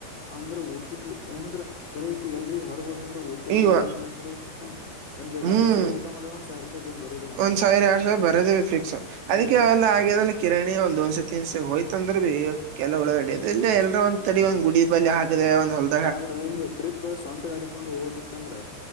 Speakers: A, on the left; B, on the right.
A: ಅಂದ್ರ ಟ ಅಂದ್ರ. ಕರಿಯತಿ ಎಲ್ರಿಗ್ ಹೊರಗೋದ ಅಂದ್ರೆ ಊಟದ್ದೇ
B: ಈಗ
A: ಏನಿಲ್ಲ ಅಂದ್ರರು ಒಂದ
B: ಹ್ಮ್
A: ಒಂದ್ ಸಲ ಊಟ ಮಾಡಿದ ಒಂದ್ ಸಾವಿರ ರೂಪಾಯಿ ಬಿಲ್ ಬರುದೇ ಹಂಗ್
B: ಒಂದ್
A: ನೋಡಕತ್ರ
B: ಸಾವಿರ ಎರಡ್ ಸಾವಿರ ಬರೋದವಿ ಫಿಕ್ಸ್ ಅದಕ್ಕೆ
A: ಹ್ಮ್
B: ಎಲ್ಲ ಆಗಿದ ಕಿರಣಿ ಒಂದ ಒಂದ್ಸತಿ ಇನ್ಸ ಹೋಯ್ತ ಅಂದ್ರೆ ಬಿ ಕೆಲ ಒಳ ಇಲ್ಲ ಎಲ್ಲ ಒಂದ
A: ಹ್ಮ್
B: ತಡೆ ಒಂದ ಗುಡ ಬಿ ಹಾಕ <inaudible>
A: ಆದ್ರ ಹಿಂಗ ಟ್ರಿಪ್ ಸ್ವಂತ ಗಾಡಿ ತೊಂಡು ಹೋದಿತ್ತ ಅಂದ್ರ